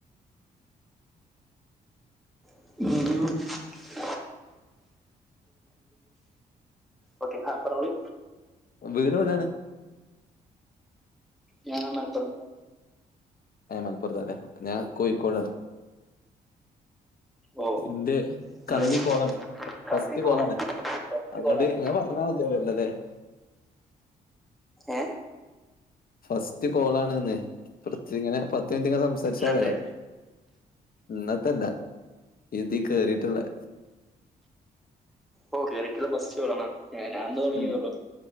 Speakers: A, in the centre; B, on the left.
A: <unintelligible> ഓക്കെ ആ പറഞ്ഞോളി
B: വീടെവിടെയാണ്?
A: ഞാൻ മലപ്പുറം.
B: ഏ മലപ്പുറത്താലേ ഞാൻ കോഴിക്കോടാണ്.
A: ഓ
B: ഇന്റെ
A: നിങ്ങൾ
B: കന്നി കോളാണ് ഫസ്റ്റ്
A: കമ്പി പോണം
B: കോളാണ്.
A: ഫസ്റ്റ്
B: അതുകൊണ്ട്
A: കോളാണ്
B: ഇങ്ങ പറഞ്ഞാ മതിയാവുല്ലല്ലേ?
A: ഏ?
B: ഫസ്റ്റ് കോളാണ്ന്ന് പ്രേത്യങ്ങനെ പത്ത് മിനിറ്റിങ്ങനെ സംസാരിച്ചാ
A: ഇന്നത്തെ
B: പോരെ? ഇന്നത്തല്ല ഇതി കേറിട്ടൊള്ളെ.
A: ഓ കേറിട്ടൊള്ള ഫസ്റ്റ് കോളാണോ ഞാന്ന് തൊടങ്ങിതേള്ളു.
B: ഉം.